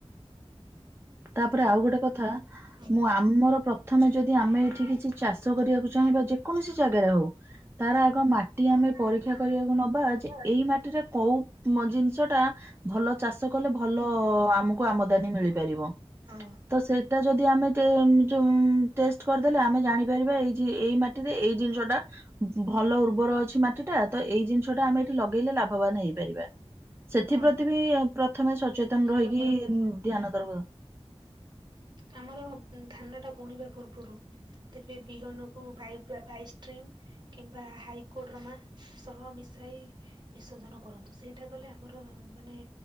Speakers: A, on the right (about 25°); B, on the right (about 45°).
A: ତାପରେ ଆଉ ଗୋଟେ କଥା
B: ହଁ
A: ମୁଁ ଆମର ପ୍ର ଥମେ ଯଦି ଆମେ ଏଇଠି କିଛି ଚାଷ କରିବାକୁ ଚାହିଁବା ଯେକୌଣସି ଜାଗାରେ ହଉ। ତାର ଆଗ ମାଟି ଆମେ ପରୀକ୍ଷା କରିବାକୁ ନବା
B: ହଁ
A: ଯେ ଏଇ ମାଟିରେ କୋଉ ମ ଜିନିଷ ଟା ଭଲ ଚାଷ କଲେ ଭଲ ଆମକୁ ଆମଦାନୀ ମିଳିପାରିବ।
B: ହଁ।
A: ତ ସେଇଟା ଯଦି ଆମେ ଟେ ଯ ଟେଷ୍ଟ କରିଦେଲେ ଆମେ ଜାଣିପାରିବା ଏଇ ଏଇ ମାଟି ରେ ଏଇ ଜିନିଷ ଟା ଭଲ ଉର୍ବର ଅଛି ମାଟି ଟା ତ ଏଇ ଜିନିଷଟା ଆମେ ଏଠି ଲଗେଇଲେ ଲାଭ ବାନ ହେଇପାରିବା ସେଥିପ୍ରତି
B: ହଁ
A: ବି ପ୍ରଥମେ ସଚେତନ
B: ଧ୍ୟାନ
A: ରହିକି
B: ଦେବା ଦରକାର ହଁ।
A: ଧ୍ୟାନ ଦରବ
B: ଆମର ଧାନ ଟା ବୁଣିବା ପୂର୍ବରୁ ଦେଖିବେ ବିହନକୁ ଭାଇବ୍ରା ପ୍ରାଇଷ୍ଟେନ୍ କିମ୍ବା ହାଇକୋର୍ଟରମା ସହ ମିଶାଇ ବିଶୋଧନ କରନ୍ତୁ ସେଇଟା କଲେ ଆମର ମାନେ